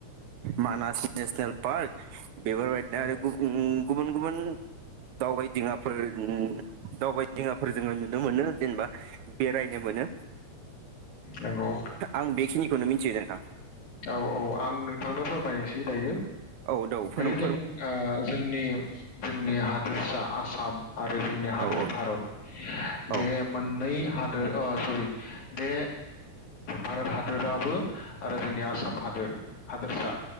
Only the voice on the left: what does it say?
नंगौ
नंगौ।
औ औ आं नोंथांनो फोरमायनोसै दायो
जोंनि आ जोंनि जोंनि हादोरसा आसाम आरो जोंनि हादोर
भारत
बे मोननै हादोर ओ सरि बे भारत हादराबो आरो जोंनि आसाम हादोर हादोरसा